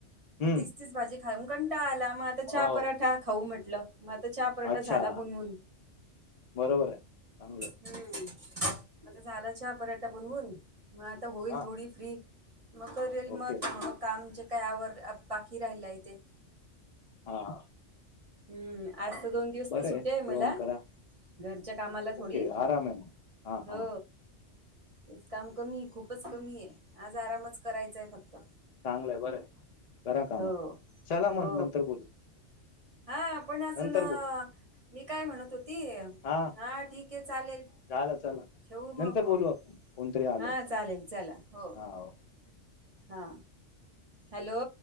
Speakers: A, on the right; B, on the left.
A: मग
B: हम्म
A: तीच तीच भाजी खाऊन कंटाळा आला मग आता चहा
B: हो
A: पराठा खाऊ म्हटलं मग आता चहा पराठा
B: अच्छा
A: झाला बनवून.
B: बरोबर आहे चांगलंय.
A: हम्म मग आता झाला चहा पराठा बनवून मग आता होईल
B: हा
A: थोडी फ्री मग करेल
B: ओके
A: मग मग काम जे काय आवर बाकी राहिलाय ते.
B: हा हा
A: हम्म आज तर दोन दिवस
B: बरं
A: तर सुटी आहे
B: जेवण
A: मला.
B: करा
A: घरच्या कामाला
B: ओके
A: थोडी
B: आराम आहे मग हा
A: हो
B: हा
A: तेच काम कमी आहे खूपच कमी आहे, आज आरामच करायचाय फक्त.
B: चांगलंय बरं करा कामा
A: हो
B: चला
A: हो.
B: मग नंतर बोलू.
A: हा पण अजून
B: नंतर बोलू
A: मी काय म्हणत होती.
B: हा
A: ठीक आहे चालेल.
B: झालं चला.
A: ठेवू
B: नंतर
A: मग फोन
B: बोलू आपण कोणतरी आलय
A: हा चालेल चला हो.
B: हा ओ
A: हा हॅलो